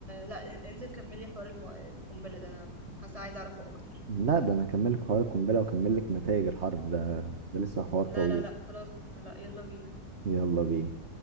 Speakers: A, on the right; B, on the right.
A: لا انزل كملي حوار الم... القنبلة ده أنا حاسة عايزة أعرفه أكتر
B: لا ده انا اكمل لك حوار القنبله واكمل لك نتائج الحرب ده ده لسه حوار طويل
A: لا لا لا خلاص لا لا يلا بينا
B: يلا بينا